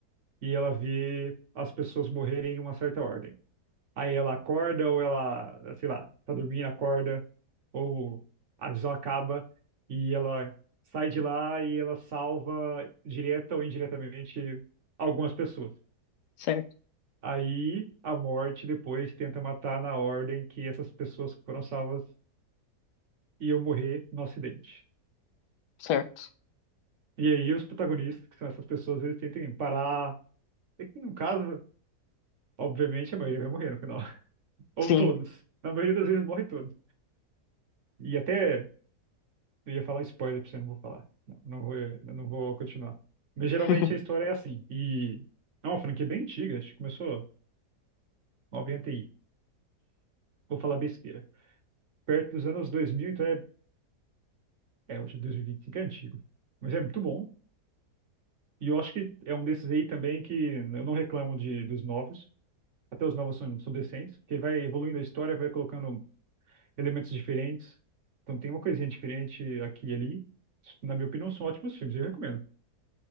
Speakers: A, on the right; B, on the left.
A: e ela vê as pessoas morrerem em uma certa ordem. Aí ela acorda ou ela, sei lá, tá dormindo, acorda, ou a visão acaba e ela sai de lá e ela salva direta ou indiretamente algumas pessoas.
B: Certo,
A: Aí a morte depois tenta matar na ordem que essas pessoas que foram salvas iam morrer no acidente.
B: certo.
A: E aí os protagonistas, que são essas pessoas, eles tentam parar. É que, no caso, Obviamente a maioria vai morrer no final. <laughs> Ou
B: Sim.
A: todos. Na maioria das vezes morre todos. E até eu ia falar spoiler pra você, não vou falar. Não, não vou, eu não vou continuar. Mas geralmente
B: <laughs>
A: a história é assim. E é uma franquia bem antiga, acho que começou 90 e. Vou falar besteira. Perto dos anos 2000 então é, é hoje dois mil e e vinte e cinco é antigo. Mas é muito bom. E eu acho que é um desses aí também que eu não reclamo de, dos novos. Até os novos são, são decentes. Que vai evoluindo a história, vai colocando elementos diferentes. Então tem uma coisinha diferente aqui e ali. Na minha opinião, são ótimos filmes, eu recomendo.